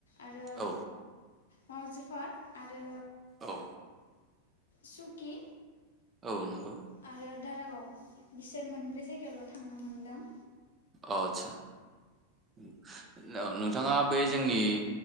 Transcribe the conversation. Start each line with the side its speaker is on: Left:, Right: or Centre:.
Left: आरो
Right: औ
Left: माउजि पार्क आरो
Right: औ
Left: सुकि
Right: औ नोंगौ
Left: आरो दारागाव बिसोर मोनब्रै जायगायावल' थां थांनो मोनदां।
Right: अ आतसा। <unintelligible> थाङा बै जोंनि